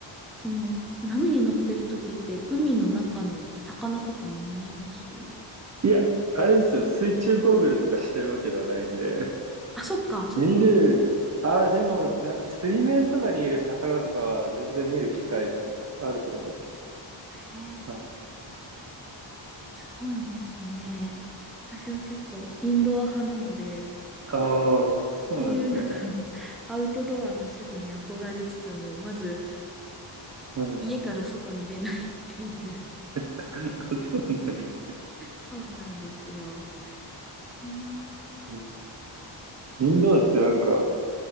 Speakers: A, in the centre; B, on the right.
A: その、波に乗ってる時って海の中の魚とかも見えます
B: いや、あれですよ。水中ゴーグルとかしてるわけではないんで。
A: あ、そっか、そっか。
B: 見る、ああ、でも、なんか水面とかにいる魚とかは全然見る機会あると思います。
A: へえ
B: はい。
A: すごいですね。私は結構インドア派なので、
B: ああ、そうなんですね。
A: そういうなんか <laughs> アウトドアな趣味に憧れつつも、まず
B: はい。
A: 家から外に出ないっていう。
B: <laughs> あそうなんです
A: そうなんですよ。うーん、
B: ね。インドアってなんか、